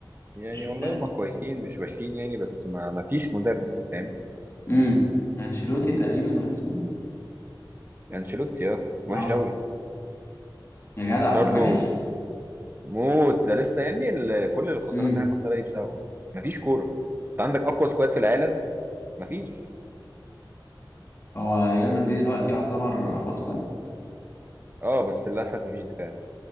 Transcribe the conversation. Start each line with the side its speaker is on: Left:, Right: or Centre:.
Right: يعني
Left: مش متابع
Right: والله هم كويسين مش وحشين يعني بس ما ما فيش مدرب فاهم
Left: امم انشيلوتي تقريبا ولا اسمه ايه
Right: انشيلوتي اه
Left: اه
Right: وحش قوي
Left: يا جدع
Right: شارلو
Left: ده وحش
Right: موت ده لسه يا ابني ال- كل الخسارات
Left: امم
Right: اللي احنا خسرها دي بسببه مفيش كوره انت عندك اقوى سكواد في العالم مفيش
Left: هو ريال مدريد دلوقتي يعتبر اقوى سكواد
Right: اه بس للاسف مفيش دفاع